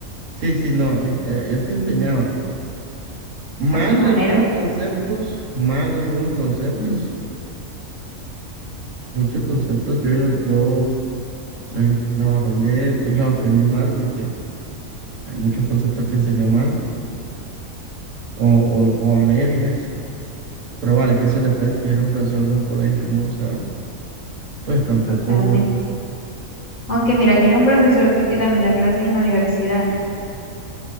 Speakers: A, on the right (about 60°); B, on the left (about 60°).
A: sí, sí, no, es que él, él sí enseñaba. Mal
B: a su manera.
A: algunos conceptos, mal algunos conceptos,
B: Ujú,
A: muchos conceptos yo, yo, yo los, en- los aprendí y los aprendí mal porque hay muchos conceptos que enseñó mal o, o- o a medias, pero vale, que se le puede exigir a un profesor de un colegio, ¿no? O sea, pues tampoco,
B: Totalmente. Aunque mira que él es un profesor te- que también da clases en la universidad.